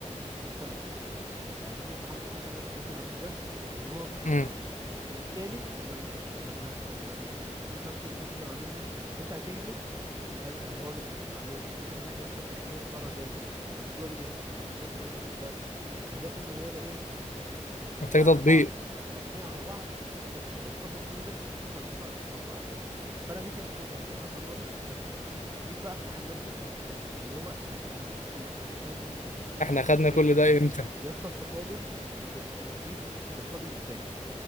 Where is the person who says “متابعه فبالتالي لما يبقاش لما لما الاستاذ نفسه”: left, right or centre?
Right